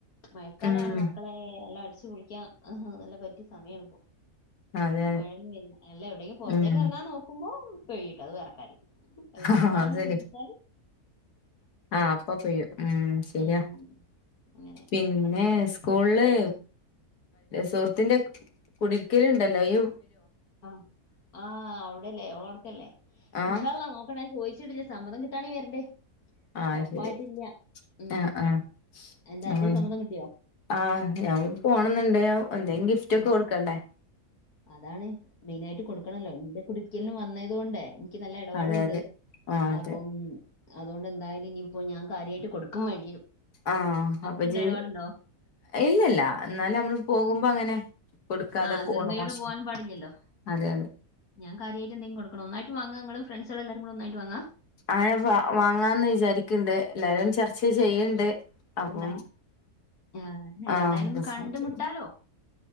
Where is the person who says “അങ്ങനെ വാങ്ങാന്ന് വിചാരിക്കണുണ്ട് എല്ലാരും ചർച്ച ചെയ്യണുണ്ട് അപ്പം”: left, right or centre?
Left